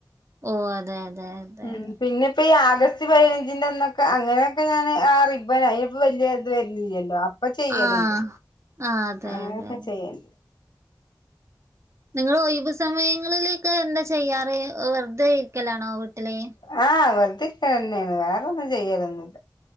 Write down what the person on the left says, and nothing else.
ഉം
പിന്നെ ഇപ്പൊ ഈ ആഗസ്റ്റ് പതിനഞ്ചിന്റെ അന്നൊക്കെ അങ്ങനെയൊക്കെ ഞാൻ ആ റിബൻ അനിപ്പ വല വരുന്നല്ലോ അപ്പൊ ചെയ്യലുണ്ട്
അങ്ങനെയൊക്കെ
ചെയ്യൻ
ആഹ് വെലുതിരിക്ക തന്നെയാണ് വേറെൊന്നും ചെയ്യലൊന്നുമില്ല